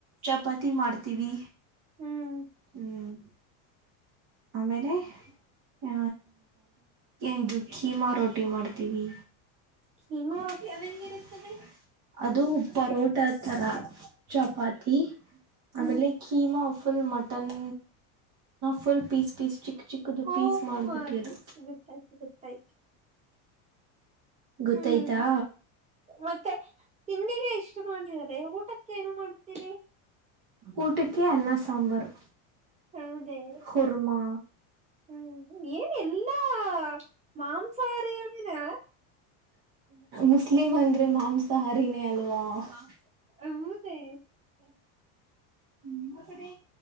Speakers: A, on the right (about 50°); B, on the right (about 15°).
A: ಚಪಾತಿ ಮಾಡ್ತೀವಿ
B: ಹ್ಮ್
A: ಹ್ಮ್ ಆಮೇಲೆ ಯ ಇದು ಖೀಮಾ ರೋಟಿ ಮಾಡ್ತೀವಿ
B: ಕೀ ಮಾ ರೊ
A: ಅದು ಹೆಂಗಿರುತ್ತದೆ. ಅದು ಪರೋಟಾ ತರ ಚಪಾತಿ
B: ಹ್ಮ್
A: ಆಮೇಲೆ keema full mutton full piece piece ಚಿಕ್ ಚಿಕ್ಕದು
B: ಓ
A: ಪೀಸ್ ಮಾಡಿಬಿಟ್ಟಿಯದು,
B: ಗೊತ್ತಾಯ್ತು ಗೊತ್ತಾಯ್ತು ಗೊತ್ತಾಯ್ತು
A: ಗೊತ್ತಾಯ್ತಾ,
B: ಹ್ಮ್ ಮತ್ತೆ ತಿಂಡಿಗೆ ಇಷ್ಟು ಮಾಡಿದರೆ ಊಟಕ್ಕೆ ಏನ ಮಾಡುತ್ತೀರಿ
A: ಊಟಕ್ಕೆ ಅನ್ನ, ಸಾಂಬಾರು,
B: ಹೌದೇ
A: ಕುರ್ಮಾ,
B: ಹ್ಮ್ ಏನ ಎಲ್ಲಾ ಮಾಂಸಾಹಾರಿಗಳು ಇದೆ
A: ಮುಸ್ಲಿಮ ಅಂದ್ರೆ ಮಾಂಸಾಹಾರನೇ ಅಲ್ವಾ <unintelligible>
B: ಹೌದೇ
A: ನಮ್ಮ ಕಡೆ